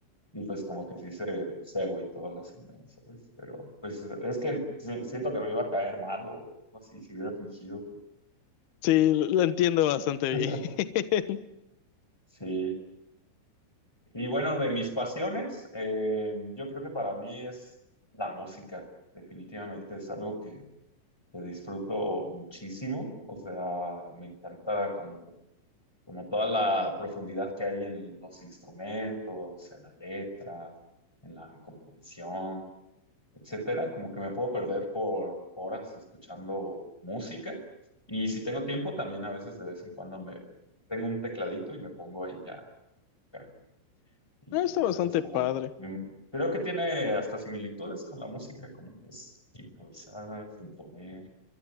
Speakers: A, in the centre; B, on the left.
A: Y pues como que sí se, se agüitó la señora, ¿sabes? Pero pues es que si- siento que me iba a caer mal o algo así, si hubiera fingido que...
B: Sí, lo entiendo bastante
A: <laughs>
B: bien. <laughs>
A: Sí. Y bueno, de mis pasiones, eh, yo creo que para mí es la música. Definitivamente es algo que, que disfruto muchísimo. O sea, me encanta como, como toda la profundidad que hay en los instrumentos, en la letra, en la composición. etcétera, como que me puedo perder por horas escuchando música. Y si tengo tiempo, también a veces de vez en cuando me tengo un tecladito y me pongo ahí a tocar. Y
B: No, está
A: pues
B: bastante
A: esa es como
B: padre.
A: mi, mi- Creo que tiene hasta similitudes con la música, como que es improvisar, componer,